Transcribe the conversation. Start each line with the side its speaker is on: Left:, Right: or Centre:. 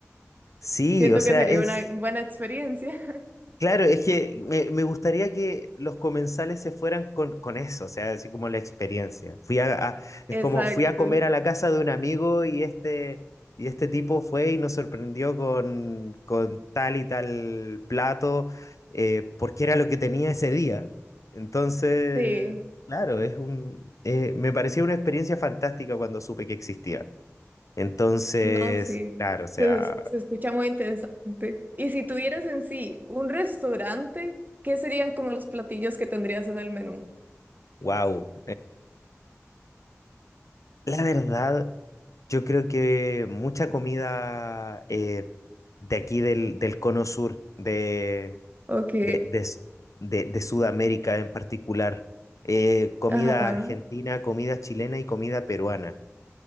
Left: sí,
Right: siento
Left: o sea,
Right: que sería
Left: es...
Right: una buena experiencia. <laughs>
Left: Claro, es que me, me gustaría que los comensales se fueran con, con eso, o sea, así como la experiencia. Fui a, a- es
Right: Exacto,
Left: como fui a comer a la casa de un amigo y este, y este tipo fue y nos sorprendió con, con tal y tal plato, eh, porque era lo que tenía ese día. Entonces,
Right: sí.
Left: claro, es un, eh, me parecía una experiencia fantástica cuando supe que existía. Entonces,
Right: No, sí,
Left: claro, o sea,
Right: se, es- se escucha muy interesante. Y si tuvieras en sí un restaurante, ¿qué serían como los platillos que tendrías en el menú?
Left: wow. La verdad, yo creo que mucha comida eh, de aquí del, del cono sur, de,
Right: Ok,
Left: de, de S- de- de Sudamérica en particular, eh, comida
Right: ajá,
Left: argentina, comida chilena y comida peruana.